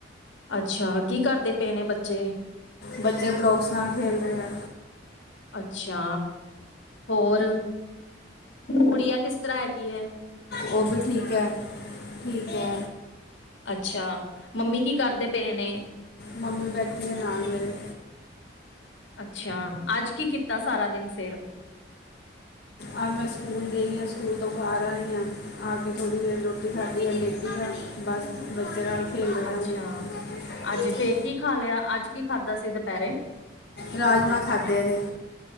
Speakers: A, on the left; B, on the left.
A: ਅੱਛਾ, ਕੀ ਕਰਦੇ ਪਏ ਨੇ ਬੱਚੇ?
B: ਬੱਚੇ ਬਲੋਕਸ ਨਾਲ ਖੇਲ ਰਹੇ ਆ।
A: ਅੱਛਾ। ਹੋਰ ਗੁੜੀਆ ਕਿਸ ਤਰ੍ਹਾਂ ਹੈਗੀ ਏ?
B: ਉਹ ਬੀ ਠੀਕ ਐ, ਠੀਕ ਐ।
A: ਅੱਛਾ ਮੰਮੀ ਕੀ ਕਰਦੇ ਪਏ ਨੇ?
B: ਮੰਮੀ ਬੈਠੀ ਹੈ ਨਾਲ ਮੇਰੇ।
A: ਅੱਛਾ ਅੱਜ ਕੀ ਕੀਤਾ ਸਾਰਾ ਦਿਨ ਫਿਰ?
B: ਆ ਮੈਂ ਸਕੂਲ ਗਈ ਹਾਂ ਸਕੂਲ ਤੋਂ ਘਰ ਆਈ ਹਾਂ ਆ ਕੇ ਥੋੜ੍ਹੀ ਦੇਰ ਰੋਟੀ ਖਾਧੀ ਆ ਲੇਟੀ ਆ ਬਸ। ਬੱਚੇ ਰਲ ਖੇਲ ਰਹੇ
A: ਅੱਛਾ
B: ਆ ਹੁਣ,,, ਦੀਦੀ
A: ਅੱਜ ਫੇਰ ਕੀ ਖਾ ਲਿਆ ਅੱਜ ਕੀ ਖਾਧਾ ਸੀ ਦੁਪਹਿਰੇ
B: ਰਾਜਮਾਂ ਖਾਧੇ ਅਜੇ